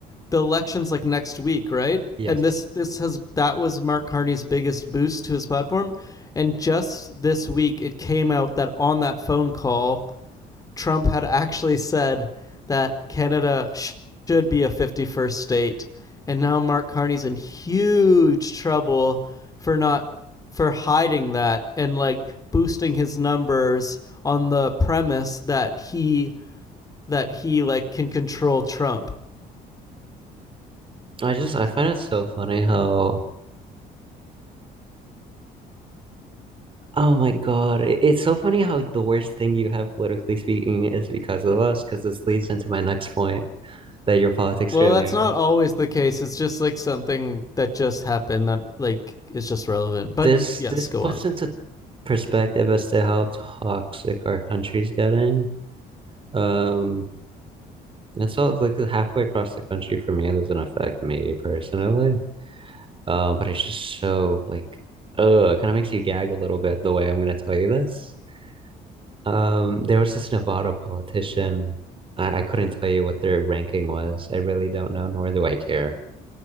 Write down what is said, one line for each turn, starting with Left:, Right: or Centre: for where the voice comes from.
Left: the election's like next week, right?
Right: yes.
Left: And this this has that was Mark Carney's biggest boost to his platform. And just this week, it came out that on that phone call, Trump had actually said that Canada sh- should be a 51st state. And now Mark Carney's in huge trouble for not for hiding that and like boosting his numbers on the premise that he that he like can control Trump.
Right: I just I find it so funny how <sighs> Oh my God. It's so funny how the worst thing you have politically speaking is because of us, because this leads into my next point that your politics
Left: Well,
Right: really
Left: that's
Right: are.
Left: not always the case. It's just like something that just happened that like is just relevant. But
Right: This
Left: yes,
Right: this
Left: go
Right: puts
Left: on.
Right: into perspective as to how toxic our country's getting. Um, and so like halfway across the country for me, it doesn't affect me personally. Um, but it's just so like, uh, it kind of makes you gag a little bit the way I'm gonna tell you this. Um, there was this Nevada politician. I, I couldn't tell you what their ranking was. I really don't know, nor do I care.